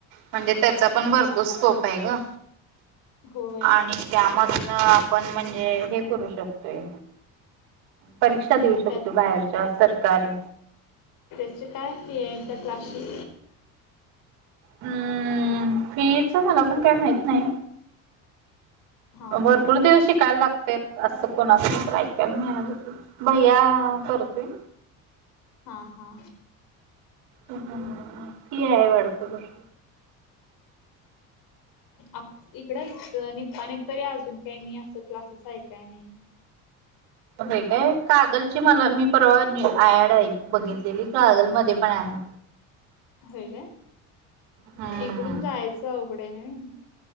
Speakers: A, on the right (about 85°); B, on the left (about 65°).
A: म्हणजे त्याचा पण भरपूर स्कोप आहे ग.
B: होय
A: आणि त्यामधन आपण म्हणजे हे करू शकतोय. परीक्षा देऊ शकतो
B: त्यात
A: बाहेरच्या सरकारी
B: त्याची काय फी आहे त्या क्लासशी
A: हम्म फीच मला पण काय माहत नाही.
B: हा
A: भरपूर दिवस शिकायला लागतो. ते असं कोणाच तर ऐकायला मिळा भैया करतोय.
B: हा हा.
A: हम फी आहे वाढत बस.
B: आप इकडंच पा आणि तरी अजून काही मी असं क्लासेस आहेऐकाय नाही.
A: हे काय कागलची मला मी परवा ॲड आहे बघितलेली कागल मध्ये पण आहे.
B: होय का
A: हम्म
B: इकडून जायचं अवघड आहे न म